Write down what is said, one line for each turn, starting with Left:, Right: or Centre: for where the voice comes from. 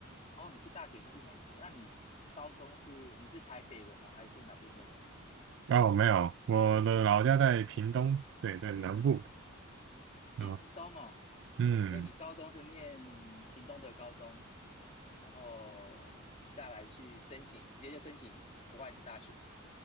Left: 哦，你是大学都去美国，那你高中是你是台北人吗？还是哪边的人啊？
Right: 哦，没有，我的老家在屏东，对，在南部。
Left: 屏东哦，
Right: 嗯嗯
Left: 所以你高中是念屏东的高中，然后再来去申请，直接就申请国外的大学。